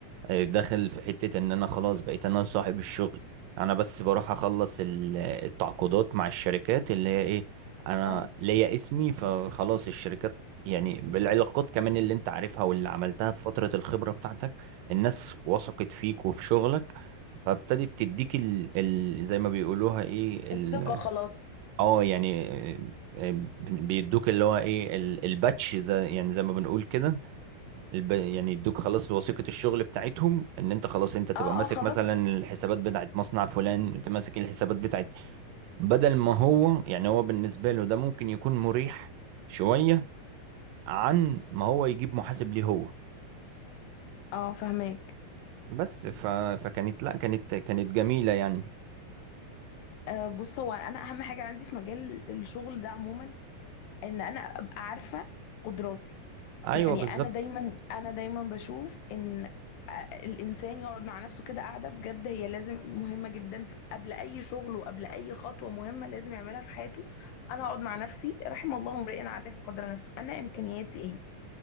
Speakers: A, on the right; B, on the left.
A: داخل في حتة ان انا خلاص بقيت انا صاحب الشغل انا بس بروح اخلص ال- التعاقدات مع الشركات اللي هي ايه انا
B: اه
A: ليا اسمي فخلاص الشركات يعني بالعلاقات كمان اللي انت عارفها واللي عملتها في فترة الخبرة بتاعتك الناس وثقت فيك وفي شغلك فابتدت تديك ال... ال... زي ما بيقولوها ايه ال...
B: الثقة خلاص
A: اه يعني آه، آه، بيدوك اللي هو ايه ال- الباتش زي يعني زي ما بنقول كده الب... يعني يدوك خلاص وثيقة الشغل بتاعتهم ان انت خلاص انت تبقى
B: اه
A: ماسك
B: اه خلاص
A: مثلا الحسابات بتاعت مصنع فلان انت ماسك الحسابات بتاعت بدل ما هو يعني هو بالنسبة له ده ممكن يكون مريح شوية عن ما هو يجيب محاسب ليه هو
B: اه فهماك
A: بس ف... فكانت لا كانت كانت جميلة يعني
B: آه بص هو انا اهم حاجة عندي في مجال الشغل ده عموما ان انا ابقى عارفة قدراتي
A: ايوه
B: يعني
A: بالظبط
B: انا دايما انا دايما بشوف ان آه، الانسان يقعد مع نفسه كده قاعده بجد هي لازم مهمه جدا في- قبل اي شغل وقبل اي خطوه مهمه لازم يعملها في حياته انا اقعد مع نفسي رحم الله امرئ عارف قدر نفسه انا امكانياتي ايه